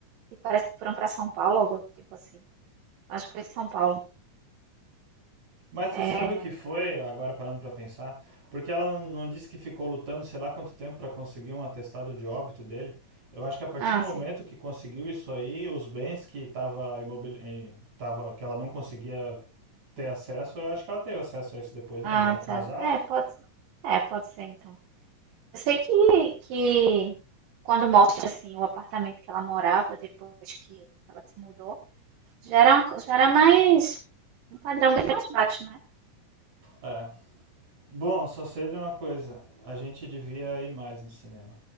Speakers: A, on the right (about 85°); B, on the right (about 55°).
A: E parece que foram para São Paulo, algo tipo assim. Acho que foi São Paulo.
B: Mas tu
A: É,
B: sabe o que foi, agora parando pra pensar? Porque ela não, não disse que ficou lutando sei lá quanto tempo pra conseguir um atestado de óbito dele. Eu acho que a partir
A: ah,
B: do momento
A: sim.
B: que conseguiu isso aí, os bens que tava imobili- eh, tava que ela não conseguia ter acesso, eu acho que ela teve acesso a isso depois, né?
A: Ah,
B: Eles eram casados.
A: tá. É, pode, ser. é, pode ser então. Eu sei que, que quando mostra assim o apartamento que ela morava depois que ela se mudou, já era, uma co- já era mais um padrão bem mais baixo, né?
B: É. Bom, só sei de uma coisa. A gente devia ir mais no cinema.